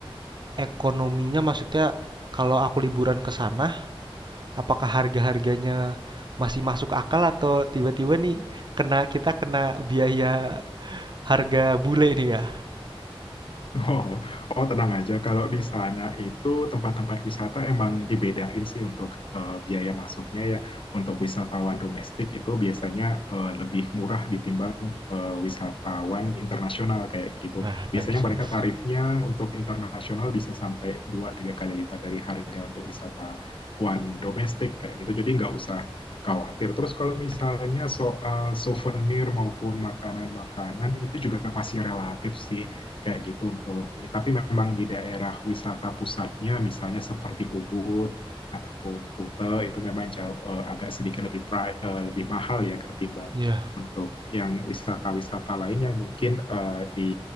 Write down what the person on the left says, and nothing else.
Oh, oh tenang aja. Kalau di sana itu tempat-tempat wisata emang dibedain sih untuk eh, biaya masuknya ya. Untuk wisatawan domestik itu biasanya eh, lebih murah ditimbang eh, wisatawan internasional kayak gitu.
Biasanya
mereka tarifnya untuk internasional bisa sampai dua tiga kali lipat dari harga untuk wisatawan domestik kayak gitu. Jadi nggak usah khawatir. Terus kalau
misalnya soal souvenir maupun makanan-makanan itu juga masih relatif sih kayak gitu untuk tapi memang di daerah wisata pusatnya misalnya seperti Ubud ataupun Kuta itu memang jauh eh, agak sedikit lebih pri- eh, lebih mahal ya ketimbang
untuk yang wisata-wisata lain yang mungkin eh, di